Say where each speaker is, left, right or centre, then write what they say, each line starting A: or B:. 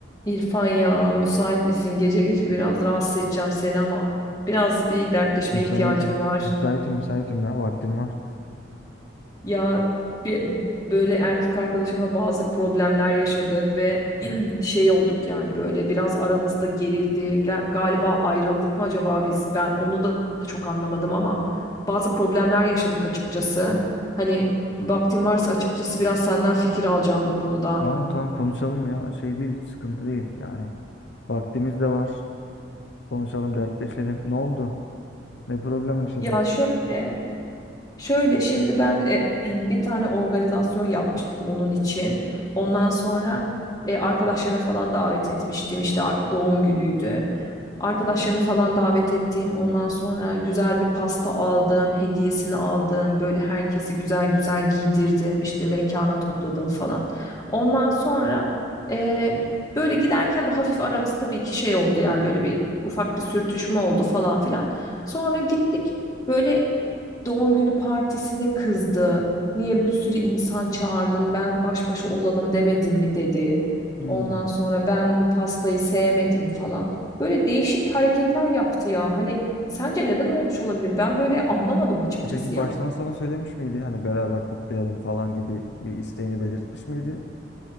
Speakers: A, on the left; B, on the left.
A: İrfan ya müsait misin? Gece gece biraz rahatsız edeceğim seni ama biraz bir dertleşmeye
B: Müsaitim.
A: ihtiyacım var.
B: Müsaitim müsaitim ya vaktim var.
A: Ya bir, böyle erkek arkadaşımla bazı problemler yaşadık ve <clears throat> şey olduk yani böyle biraz aramızda gerildi. Ga- Galiba ayrıldık mı acaba biz? Ben onu da çok anlamadım ama bazı problemler yaşadık açıkçası. Hani vaktin varsa açıkçası biraz senden fikir alacağım bu konuda.
B: Tamam tamam konuşalım ya şey değil hiç sıkıntı değil yani. Vaktimiz de var. Konuşalım dertleşelim. Ne oldu? Ne problem yaşadınız?
A: Ya şöyle Şöyle şimdi ben e, <clears throat> bir tane organizasyon yapmıştım onun için. Ondan sonra e, arkadaşlarını falan davet etmiştim. İşte ar- doğum günüydü. Arkadaşlarını falan davet ettim. Ondan sonra güzel bir pasta aldım, hediyesini aldım. Böyle herkesi güzel güzel giydirdim. işte mekana topladım falan. Ondan sonra e, böyle giderken de hafif aramız tabii ki şey oldu yani böyle bir ufak bir sürtüşme oldu falan filan. Sonra gittik böyle doğum günü partisine kızdı. Niye bir sürü insan çağırdın? Ben baş başa olalım demedim mi dedi.
B: Hmm.
A: Ondan sonra ben bu pastayı sevmedim falan. Böyle değişik hareketler yaptı ya. Hani sence neden olmuş olabilir? Ben böyle anlamadım açıkçası
B: E peki
A: yani.
B: baştan sana söylemiş miydi? Hani beraber kutlayalım falan gibi bir isteğini belirtmiş miydi?